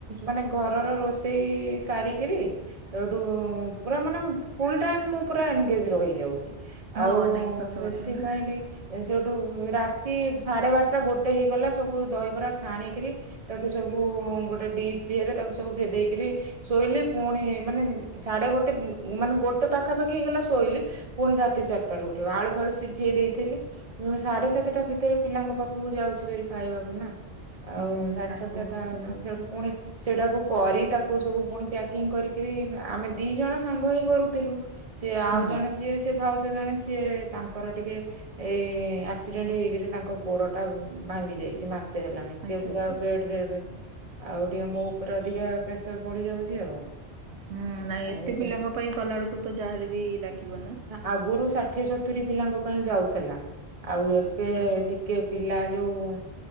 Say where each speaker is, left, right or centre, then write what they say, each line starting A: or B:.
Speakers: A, on the right; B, on the right.
A: ମାନେ ଘରର ରୋଷେଇ ସାରିକିରି ସେଉଠୁ ପୁରା ମାନେ ଫୁଲ୍ ଟାଇମ୍ ମୁଁ ପୁରା ଏନ୍ ଗେଜ୍ ରହିଯାଉଛି।
B: ହଁ
A: ଆଉ
B: ନାଇଁ ସତ
A: ସେଥିପାଇଁ
B: କଥା ନା
A: ଟିକେ ସେଠୁ ରୁ ରାତି ସାଢେ ବାରଟା ଗୋଟେ ହେଇଗଲା ସବୁ ଦହିବରା ଛାଣିକିରି ତାକୁ ସବୁ ଗୋଟେ ଡିସ୍ ଦିଅର ତାକୁ ସବୁ ଭେଦେଇକିରି ଶୋଇଲି ପୁଣି ମାନେ ସାଢେ ଗୋଟେ ମାନେ ଗୋଟେ ପାଖାପାଖି ହେଇଗଲା ଶୋଇଲି ପୁଣି ରାତି ଚାରିଟା ରୁ ଉଠିବ ଆଳୁ ଫାଳୁ ସିଝେଇ ଦେଇଥିଲି ହୁଁ ସାଢେ ସାତଟା ଭିତରେ ପିଲାଙ୍କ ପାଖକୁ ଯାଉଛି ଧରି ଖାଇବାକୁ ନା। ଆଉ
B: ହୁଁ
A: ସାଢେ
B: ନାଇଁ
A: ସାତଟା
B: ବହୁତ ପିଲା
A: ସେଠୁ ପୁଣି ସେଟାକୁ କରି ତାକୁ ସବୁ ପୁଣି ପ୍ୟାକିଂ କରିକରି ଆମେ ଦି ଜଣ ସାଙ୍ଗ ହେଇ କରୁଥିଲୁ ସିଏ ଆଉ
B: ହୁଁ
A: ଜଣେ ଯିଏ ସେ ଭାଉଜ ଜଣେ ସିଏ ତାଙ୍କର ଟିକେ ଏ ଏଇ ଆକ୍ସିଡେଣ୍ଟ ହେଇକରି ତାଙ୍କ ଗୋଡ଼ଟା ଭାଙ୍ଗି ଯାଇଛି ମାସେ ହେଲାଣି ସେ
B: ଆଚ୍ଛା
A: ପୁରା
B: ଆଚ୍ଛା
A: ବେଡ଼୍ ରେ ଏବେ ଆଉ ଟିକେ ମୋ ଉପରେ ଅଧିକା ପ୍ରେସର ବଢି ଯାଉଛି ଆଉ।
B: ହୁଁ ନାଇଁ
A: ଆଉ
B: ଏତେ
A: ସେ
B: ପିଲାଙ୍କ ପାଇଁ କଲାବେଳକୁ ତ ଯାହା ହେଲେ ବି ଲାଗିବ ନାଁ।
A: ଆଗରୁ ଷାଠିଏ ସତୁରୀ ପିଲାଙ୍କ ପାଇଁ ଯାଉଥିଲା ଆଉ ଏବେ
B: ହୁଁ ହୁଁ
A: ଟିକେ। ପିଲା ଯୋଉ